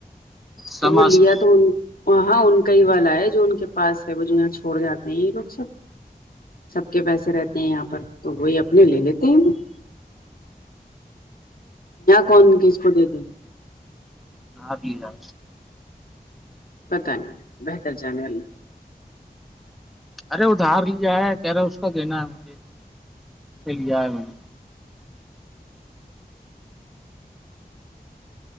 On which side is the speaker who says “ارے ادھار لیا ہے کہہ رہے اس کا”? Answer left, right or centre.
Centre